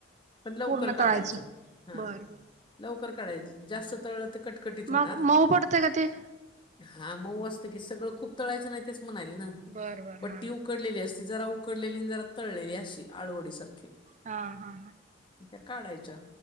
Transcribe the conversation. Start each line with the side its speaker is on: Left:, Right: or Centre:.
Left: पणं लवकर
Right: पूर्ण
Left: काढायचं
Right: तळायचं
Left: हा
Right: बर बर
Left: लवकर काढायचं जास्तं तळलं ते कटकटीत होणारं
Right: मग मऊ पडतंय का ते
Left: हां मंग मंऊ सगळं खूप तळायचं नाहीं म्हणायंल नां
Right: बर बर
Left: बट्टी
Right: हा
Left: उकडलेली असं जरां उकडलेली जरां तळलेली अशी आडवोडी सारखं
Right: हा हा
Left: त्यां काढायच्यां